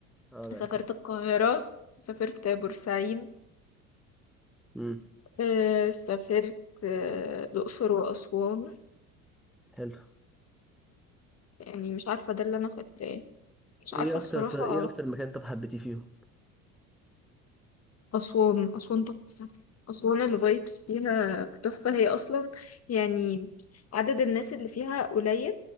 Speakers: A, in the centre; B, on the left (about 35°).
A: اه ده
B: سافرت
A: اكيد
B: القاهرة سافرت بورسعيد
A: امم
B: آه سافرت آه الأقصر وأسوان
A: حلو
B: يعني مش عارفة ده اللي أنا فاكراه مش عارفة
A: ايه اكتر
B: الصراحة
A: ايه اكتر مكان طب حبيتي فيهم
B: أسوان أسوان تحفة أسوان الفايبس فيها تحفة هي أصلا يعني عدد الناس اللي فيها قليل